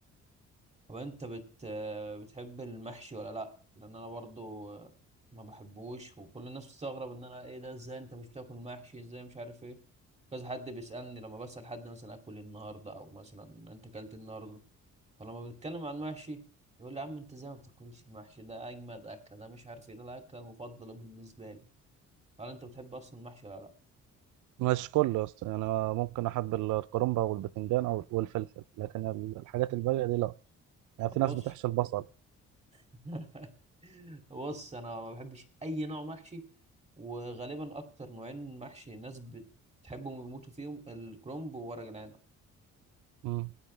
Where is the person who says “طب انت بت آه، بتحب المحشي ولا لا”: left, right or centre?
Right